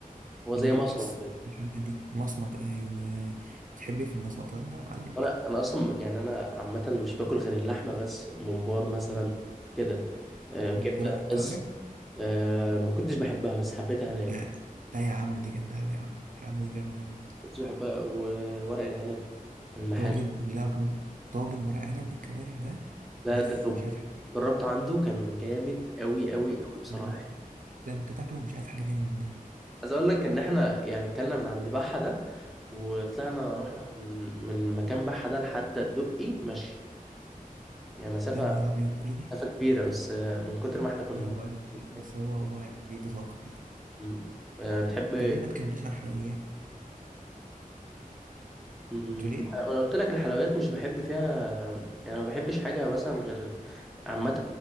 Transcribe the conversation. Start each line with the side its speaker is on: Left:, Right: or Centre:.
Centre: هو زي
Right: اللي هو
Centre: مصمت
Right: بتاع الص-
Centre: كده
Right: الحاجات دي مصمت ايوه بتحب ايه في المصمتة يا معلم
Centre: انا انا اصلا يعني انا عامه مش باكل غير اللحمه بس ممبار مثلا
Right: مم.
Centre: كده آه كبده
Right: جربت الكوارع
Centre: بس آه ما كنتش بحبها بس حبيتها هناك
Right: لا لا يا عم دي جامدة أوي يا عم يا عم دي جامدة أوي
Centre: كنتش بحبها وورق العنب المحاشي
Right: طاجن لو كمان طاجن ورق عنب بالكوارع ده
Centre: ده
Right: بس
Centre: ده توب
Right: مش عايز حاجة
Centre: جربت عنده كان جامد قوي قوي قوي بصراحه
Right: يا نهار
Centre: يعني
Right: أبيض. ده انت تاكله مش عايز حاجه تانية من الدنيا
Centre: عايز اقول لك ان احنا يعني كلنا من عند بحه ده وطلعنا
Right: مم.
Centre: رحنا من من مكان بحه ده لحد الدقي ماشي يعني مسافه
Right: يا نهار ابيض كل ده
Centre: مسافه كبيره بس آه، من كتر ما احنا كنا
Right: ايوه
Centre: مبسوطين.
Right: ايوه بس بس هو هو بيدي طاقه كده
Centre: مم. آه، بتحب
Right: طب ايه ما تكلمناش عن الحلويات
Centre: مم،
Right: انتوا ليه
Centre: انا قلت لك الحلويات مش بحب فيها يعني ما بحبش حاجه مثلا غير عامه